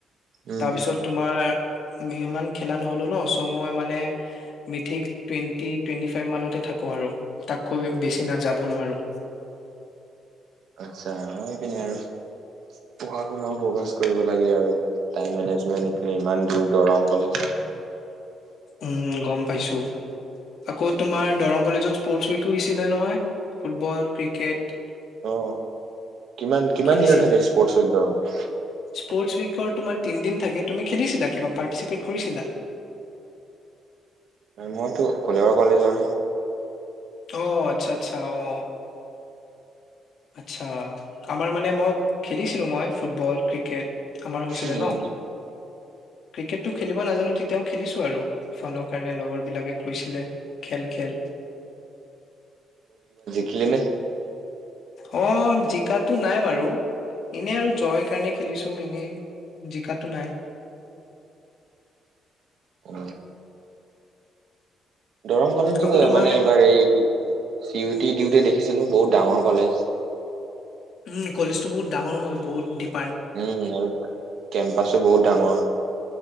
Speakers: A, on the right; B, on the left.
A: উম
B: তাৰপিছত তোমাৰ ইমান খেলা নহ'লো ন চ' মই মানে মিথিক টুৱেণ্টি টুৱেণ্টি ফাইভ মানতে থাকো আৰু তাককৈ বেছি নাযাব নোৱাৰো
A: আচ্ছা নপিনে আৰু পঢ়া শুনা ফকাচ কৰিব লাগে আৰু টাইম মেনেজমেন্ট এফালে ইমান দূৰ দৰং কলে
B: উম গম পাইছো আকৌ তোমাৰ দৰং কলেজত স্পৰ্টচ উইকো কৰিছিলে নহয় ফুটবল ক্ৰিকেট
A: আহ কিমান কিমান
B: খেলিছিল
A: দিনৰত থাকে স্পৰ্টছৰত বাৰু
B: স্পৰ্টছ উইকৰ তোমাৰ তিনিদিন থাকে তুমি খেলিছিলা কিবা পাৰ্টিচিপেট কৰিছিলা
A: মইতো কলাবৰ কলেজৰহে
B: অ আচ্ছা আচ্ছা অ আচ্ছা আমাৰ মানে মোক খেলিছিলো মই ফুটবল ক্ৰিকেট আমাৰ হৈছিলে
A: উম
B: ন ক্ৰিকেটটো খেলি নাজানো তেতিয়াও খেলিছো আৰু ফোনৰ কাৰণে লগৰ বিলাকে কৈছিলে খেল খেল
A: খেলিনে
B: অ জিকাটো নাই বাৰু এনে আৰু জয় কাৰণে খেলিছো এনে জিকাটো নাই
A: উ দৰং কলেজো
B: আকৌ তোমাৰ
A: মানে এইবাৰ এই কি চি ইউটি ডিউটি দেখিছিলো বহুত ডাঙৰ কলেজ
B: উম কলেজতটো বহুত ডাঙৰ হয় বহুত দপ
A: উম আৰু কেম্পাছো বহুত ডাঙৰ